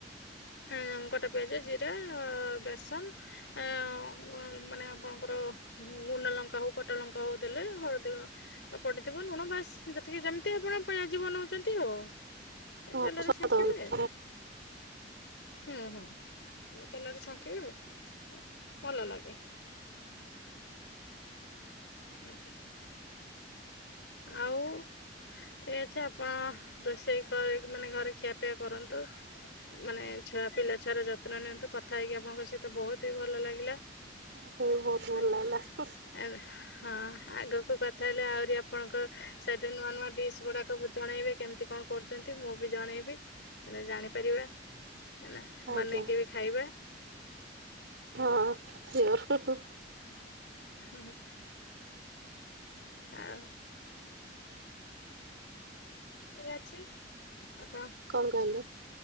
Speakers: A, on the left; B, on the right.
A: ଆଁ କଟା ପିଆଜ ଜିରା ବେସନ ଅଁ ମାନେ ଆପଣଙ୍କର ଗୁଣ୍ଡ ଲଙ୍କା ହଉ କଟା ଲଙ୍କା ହଉ ଦେଲେ ହଳଦୀ ପଡିଥିବ ଲୁଣ ବାସ୍। ଯେତିକି ଯେମିତି ଆପଣ ପିଆଜି ବନଉଛନ୍ତି ଆଉ।
B: ହଁ
A: ତେଲରେ
B: ସ୍ୱାଦ
A: ଛାଙ୍କିବେ।
B: ହଉଛି।
A: ହୁଁ ହୁଁ ତେଲରେ ଛାଙ୍କିବେ ଭଲ ଲାଗେ। <unintelligible> ଆଉ ଠିକ ଅଛି ଆପଣ ରୋଷେଇ କରି ମାନେ ଘରେ ଖିଆପିଆ କରନ୍ତୁ ମାନେ ଛୁଆ ପିଲା ଛୁଆର ଯତ୍ନ ନିଅନ୍ତୁ କଥା ହେଇକି ଆପଣଙ୍କ ସହିତ ବହୁତ ହି ଭଲ ଲାଗିଲା।
B: ମୋତେ ବି ବହୁତ
A: ଲାଗି
B: ଭଲ ଲାଗିଲା।
A: ଏବେ ହଁ ଆଗକୁ କଥା ହେଲେ ଆହୁରି ଆପ ଆପଣଙ୍କ ସେମିତି ନୂଆ ନୂଆ ଡିସ୍ ଗୁଡାକ ଜଣେଇବେ କେମିତି କଣ କରୁଛନ୍ତି, ମୁଁ ବି ଜଣେଇବି। ଜାଣିପାରିବା ହେଲା
B: ଆଜ୍ଞା
A: ବନେଇକି ବି ଖାଇବା।
B: ହଁ ସିଅର୍ ହଁ ହଁ
A: ହୁଁ ହୁଁ ଆଉ ଘରେ ଅଛି ଆପଣ
B: କଣ କହିଲେ?